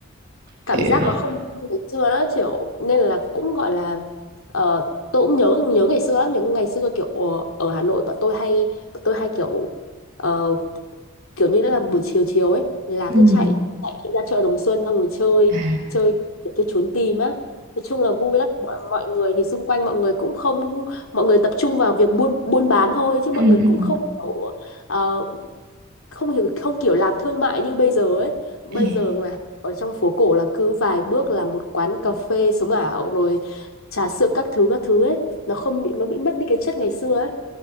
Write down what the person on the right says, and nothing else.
hiểu
ừ
ừ
à
ừ
ừ
À.